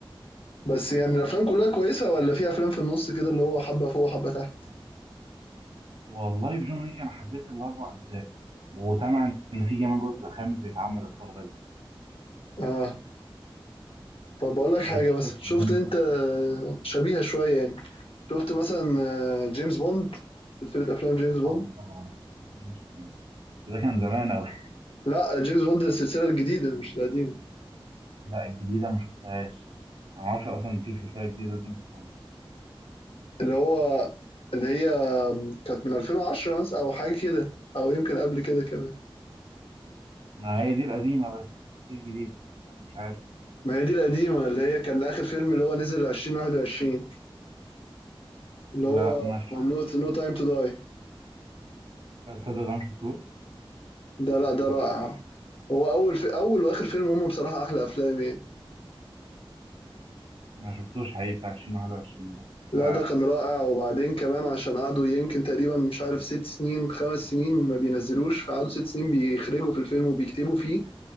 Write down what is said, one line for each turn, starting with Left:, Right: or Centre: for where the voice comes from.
Left: بس يعني الافلام كلها كويسة ولا في افلام في النص كده اللي هو حبة فوق وحبة تحت
Right: والله في جون ويك أنا حبيت الأربع أجزاء وسامع إن في كمان جزء خامس بيتعمل الفترة دي
Left: اه طب اقول لك حاجه
Right: بس
Left: مثلا
Right: لسه
Left: شفت
Right: قدامي
Left: انت
Right: شوية.
Left: شبيهه شويه يعني شفت مثلا آه، جيمس بوند سلسله افلام جيمس بوند
Right: اه طبعا أكيد جيمس بوند بس ده كان زمان أوي
Left: لا جيمس بوند السلسله الجديده مش القديمه
Right: لا الجديدة ما شفتهاش أنا معرفش أصلا في سلسلة جديدة لجيمس بوند
Left: اللي هو اللي هي كانت من 2010 مثلا او حاجه كده او يمكن قبل كده كمان
Right: ما هي دي القديمة بس مفيش جديدة أنا مش عارف
Left: ما هي دي القديمه اللي هي كان اخر فيلم اللي هو نزل 2021 اللي
Right: لا
Left: هو
Right: ما شفت
Left: نو نو تايم تو داي
Right: لا تصدق ده ما شفتوش
Left: ده
Right: ما
Left: لا
Right: شفتوش
Left: ده رائع هو اول في اول واخر فيلم هم بصراحه احلى افلام يعني
Right: ما شفتوش حقيقي بتاع 2021 ده
Left: لا
Right: ف-
Left: ده كان رائع وبعدين كمان عشان قعدوا يمكن تقريبا مش عارف ست سنين خمس سنين ما بينزلوش فقعدوا ست سنين بيخرجوا في الفيلم وبيكتبوا فيه